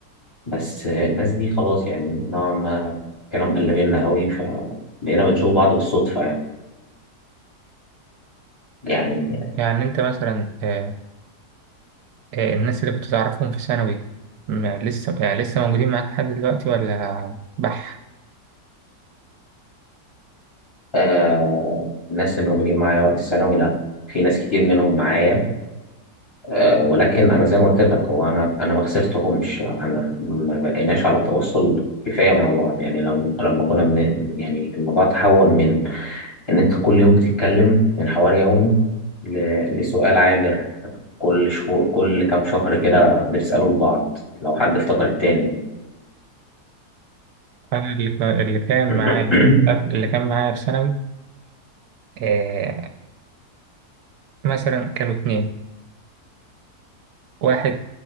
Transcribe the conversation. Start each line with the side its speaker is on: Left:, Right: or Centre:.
Left: بس الناس دي خلاص يعني نوعا ما الكلام قل منها قوي فبقينا بنشوف بعض بالصدفة يعني يعني
Right: يعني أنت مثلا آه، آه، الناس اللي كنت تعرفهم في ثانوي ما- لسه يعني لسه موجودين معاك لحد دلوقتي ولا بح
Left: آه الناس اللي موجودين معايا وقت الثانوي لا في ناس كتير منهم معايا آه ولكن أنا زي ما قلت لك هو أنا أنا ما خسرتهمش أنا ما بقيناش على تواصل كفاية مع بعض يعني لما لما كنا بن يعني الموضوع تحول من ان انت كل يوم بتتكلم محور يومي ل- لسؤال عابر كل شهور كل كام شهر كده بتسأله لبعض لو حد افتكر التاني يعني.
Right: أنا اللي كا- اللي كان
Left: <clears throat>
Right: معايا قبل- اللي كان معايا في ثانوي آه، مثلا كانوا اتنين واحد